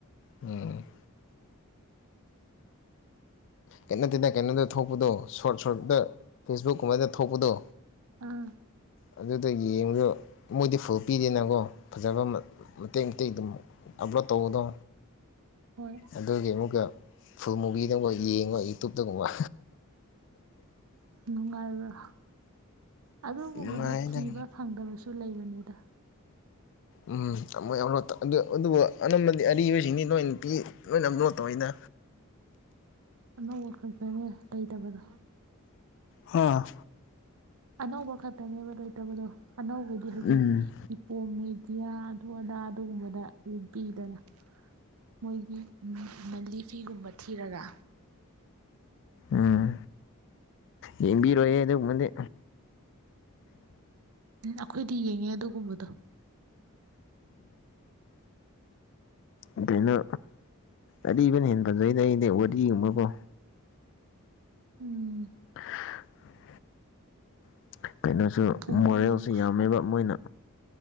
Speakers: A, on the left (about 60°); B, on the right (about 75°).
A: ꯎꯝ ꯈꯦꯠꯅ ꯇꯦꯅ ꯀꯩꯅꯣꯗ ꯊꯣꯛꯄꯗꯣ ꯁꯣꯔꯠ ꯁꯣꯔꯠꯇꯠꯇ ꯐꯦꯁꯕꯨꯛꯀꯨꯝꯕꯗ ꯊꯣꯛꯄꯗꯣ
B: ꯑꯥ
A: ꯑꯗꯨꯗ ꯌꯦꯡꯕꯗꯣ ꯃꯣꯏꯗꯤ ꯐꯨꯜ ꯄꯤꯗꯦꯅꯀꯣ ꯐꯖꯕ ꯃꯇꯦꯛ ꯃꯇꯦꯛ ꯑꯗꯨꯝ ꯑꯞꯂꯣꯗ ꯇꯧꯕꯗꯣ
B: ꯍꯣꯏ
A: ꯑꯗꯨꯒꯤ ꯑꯃꯨꯛꯀ ꯐꯨꯃꯨꯕꯤꯤꯗꯕ ꯌꯦꯡꯉꯣ ꯌꯨꯇꯨꯞꯇ ꯒꯨꯝꯕ
B: ꯅꯨꯡꯉꯥꯏꯕ꯭ꯔ ꯑꯗꯨꯒꯨꯝꯕꯗꯣ
A: ꯅꯨꯡꯉꯥꯏꯗ
B: ꯊꯤꯕ ꯐꯪꯗꯕꯁꯨ ꯂꯩ ꯀꯗ
A: ꯎꯝ ꯇ ꯌꯥꯝ ꯂꯣ ꯑꯗꯨꯕꯨ ꯑꯅꯝꯕꯗꯤ ꯑꯔꯤꯕꯁꯤꯡꯗꯤ ꯂꯣꯏ ꯅꯨꯄꯤ ꯂꯣꯏ ꯑꯃꯂꯣꯠ ꯇꯧꯋꯤꯅ
B: ꯑꯅꯧꯕ ꯈꯛꯇꯅꯦ ꯂꯩꯇꯕꯗꯣ
A: ꯍꯥꯥ
B: ꯑꯅꯧꯕ ꯈꯇꯅꯦꯕꯣꯣꯏꯇꯕꯗꯣ ꯑꯅꯧꯕꯗꯤ ꯍꯧꯖꯤꯛ
A: ꯎꯝ
B: ꯏꯄꯣꯝ ꯃꯦꯗꯤꯌꯥ ꯑꯗꯨ ꯑꯗꯥ ꯑꯗꯨꯒꯨꯝꯕꯗ ꯂꯕꯤꯗꯅ ꯃꯣꯏꯒꯤ ꯃꯟꯂꯤ ꯐꯤꯒꯨꯝꯕ ꯊꯤꯔꯒ
A: ꯎꯝ ꯌꯦꯡꯕꯤꯔꯣꯌꯦꯦ ꯑꯗꯨꯒꯕꯗꯤ
B: ꯎꯝ ꯑꯩꯈꯣꯏꯗꯤ ꯌꯦꯡꯉꯦ ꯑꯗꯨꯒ ꯀꯨꯝꯕꯗꯣ
A: ꯎ ꯀꯩꯅꯣ ꯑꯔꯤꯕꯅ ꯍꯦ ꯐꯖꯩꯗ ꯑꯩꯗꯤꯩ ꯋꯥꯔꯤꯒꯨꯝꯕꯀꯣ
B: ꯎꯝ
A: <inaudible> <inaudible> ꯀꯩꯅꯣꯁꯨ
B: ꯄꯨꯡ
A: ꯃꯣꯔꯦꯜꯁꯨ ꯌꯥꯝꯃꯦꯕ ꯃꯣꯏꯅ